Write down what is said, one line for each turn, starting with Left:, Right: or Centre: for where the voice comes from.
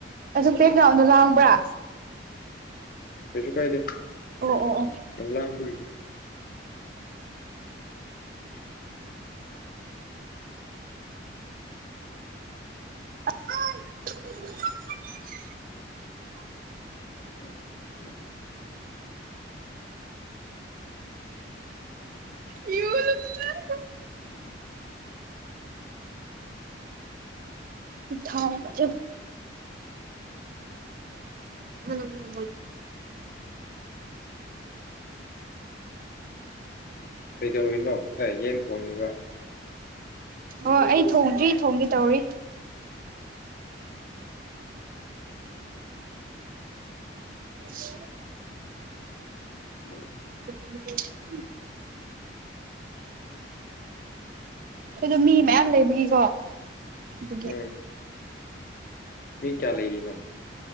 Right: ꯑꯗꯨ ꯕꯦꯛ ꯒ꯭ꯔꯥꯎꯟꯗꯣ ꯂꯥꯡꯕ꯭ꯔꯥ
Left: ꯀꯩꯁꯨ ꯀꯥꯏꯗꯦ
Right: ꯑꯣ ꯑꯣ ꯑꯣ
Left: ꯆꯦ <unintelligible>
Right: <inaudible>
Left: ꯎꯝ ꯎꯝ <inaudible>
Right: ꯏ <inaudible>
Left: ꯎꯝ <inaudible> ꯎꯝ
Right: ꯄ ꯊꯥꯎꯖ <inaudible>
Left: ꯀꯩꯗꯧꯔꯤꯅꯣ ꯑꯦ ꯌꯦꯟ ꯊꯣꯡꯉꯤꯕ
Right: ꯑꯣ ꯑꯩ ꯊꯣꯡꯗ꯭ꯔꯤ ꯊꯣꯡꯒꯦ ꯇꯧꯔꯤ ꯑꯗꯨ <inaudible>
Left: ꯎ <inaudible>
Right: ꯎ <unintelligible> ꯑꯗꯣ ꯃꯤ ꯃꯌꯥꯝ ꯂꯩꯕꯒꯤꯀꯣ ꯑꯗꯨꯒꯤ
Left: ꯎꯝ ꯃꯤ ꯀꯌꯥ ꯂꯩꯔꯤꯅꯣ